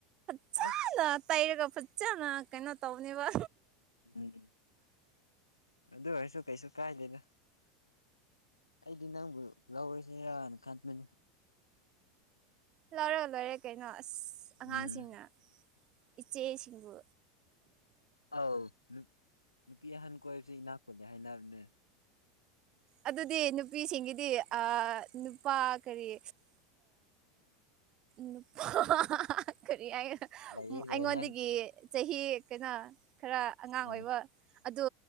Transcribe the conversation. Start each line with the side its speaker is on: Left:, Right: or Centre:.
Right: ꯐꯅ
Left: ꯑꯁ
Right: ꯇꯩꯔꯒ ꯐꯖꯅ ꯀꯩꯅꯣ ꯇꯧꯅꯦꯕ
Left: ꯎꯝ ꯑꯗꯨ ꯑꯣꯏꯔꯁꯨ ꯀꯩꯁꯨ ꯀꯥꯏꯗꯅ ꯑꯩꯗꯤ ꯅꯪꯕꯨ ꯂꯧꯔꯤꯁꯤꯦ ꯏꯔꯅ ꯈꯥꯟꯕꯅꯤ
Right: ꯂꯔ ꯂꯔꯦ ꯀꯩꯩꯅ ꯑꯁ ꯑꯉꯥꯡꯁꯤꯡꯅ
Left: ꯎꯝ
Right: ꯏꯆꯦꯁꯤꯡꯕꯨ
Left: ꯑꯧ ꯅꯨꯄꯤ ꯑꯍꯟ ꯀꯣꯏꯕꯁꯦ ꯏꯅꯥꯛ ꯈꯨꯜꯂꯦ ꯍꯥꯏꯅꯔꯅꯦ
Right: ꯑꯗꯨꯗꯤ ꯅꯨꯄꯤꯁꯤꯡꯒꯤꯗꯤ ꯅꯨꯄꯥ ꯀꯔꯤ ꯅꯨꯄꯥ ꯀꯔꯤ ꯑꯩꯉꯣꯟꯗꯒꯤ
Left: ꯂꯩꯔꯔꯣꯏ ꯅꯪ
Right: ꯆꯍꯤ ꯀꯩꯅꯣ ꯈꯔ ꯑꯉꯥꯡ
Left: ꯑꯥ
Right: ꯑꯣꯏꯕ ꯑꯗꯨ